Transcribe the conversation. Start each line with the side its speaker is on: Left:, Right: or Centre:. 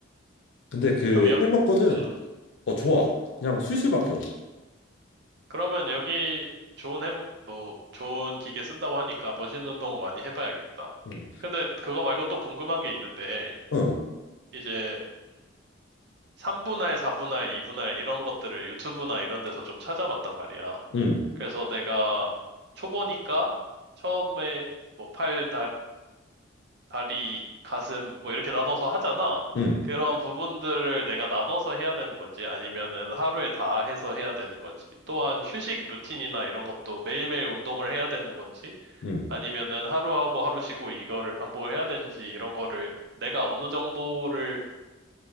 Left: 근데 그
Right: 그럼 역,
Left: 해머 거는
Right: 음.
Left: 어 좋아. 그냥 술술 박혀.
Right: 그러면 여기 좋은 해, 뭐, 좋은 기계 쓴다고 하니까 머신 운동 많이 해봐야겠다.
Left: 응.
Right: 근데 그거 말고 또 궁금한 게 있는데,
Left: 응.
Right: 이제 3분할, 4분할, 2분할 이런 것들을 유튜브나 이런 데서 좀 찾아봤단 말이야.
Left: 응.
Right: 그래서 내가 초보니까 처음에 뭐 팔, 다 다리, 가슴, 뭐 이렇게 나눠서 하잖아.
Left: 응.
Right: 그런 부분들을 내가 나눠서 해야 되는 건지 아니면은 하루에 다 해서 해야 되는 건지 또한 휴식 루틴이나 이런 것도 매일매일 운동을 해야 되는 건지
Left: 응.
Right: 아니면은 하루하고 하루 쉬고 이거를 반복을 해야 되는지 이런 거를 내가 어느 정도를